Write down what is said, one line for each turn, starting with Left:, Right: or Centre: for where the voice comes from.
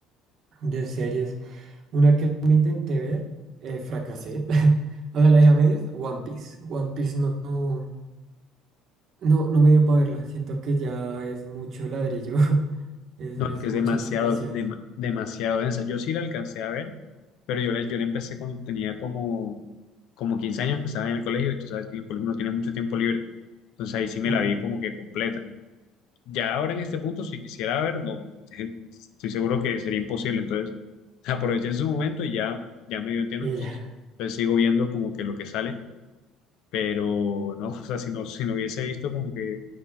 Right: de series, una que me intenté ver, eh, fracasé. <laughs> O sea, la dejé a medias, One Piece. One Piece no, no, no, no me dio para verla. Siento que ya es mucho ladrillo, <laughs> es,
Left: No,
Right: es
Left: es que
Right: mucha
Left: es demasiado,
Right: información.
Left: dema- demasiado densa. Yo sí la alcancé a ver, pero yo la, yo la empecé cuando tenía como, como 15 años que estaba en el colegio, y tú sabes que en el colegio uno tiene mucho tiempo libre. Entonces ahí sí me
Right: Mm,
Left: la vi como que completa. Ya ahora en este punto, si quisiera ver, no, <laughs> estoy seguro que sería imposible. Entonces, aproveché en su momento y ya, ya medio entiendo.
Right: Y
Left: Entonces,
Right: ya,
Left: entonces sigo viendo como que lo que sale. pero no, <laughs> o sea, si no, si no hubiese visto como que,